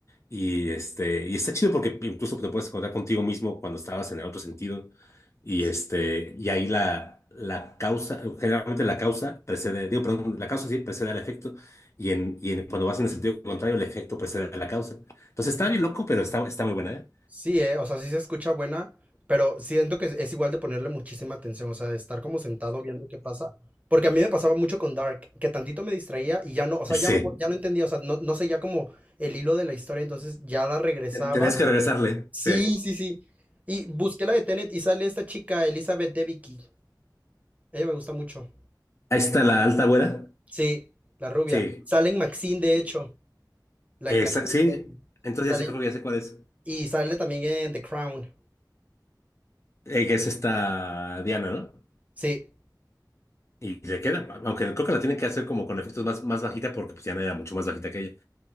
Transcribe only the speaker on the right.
Sí,
Sí, eh, o sea, sí se escucha buena, pero siento que es es igual de ponerle muchísima atención, o sea, de estar como sentado viendo qué pasa. Porque a mí me pasaba mucho con Dark, que tantito me distraía y ya no, o sea,
ya no, po- ya no entendía, o sea, no, no seguía como el hilo de la historia, entonces ya la regresaba.
Sí,
sí, sí. Y busqué la de Tenet y sale esta chica, Elizabeth Debicki. Ella me gusta mucho.
Sí, la rubia.
Sale en Maxine, de hecho. La,
la que te
digo.
Sale.
Y sale también en The Crown.
Sí,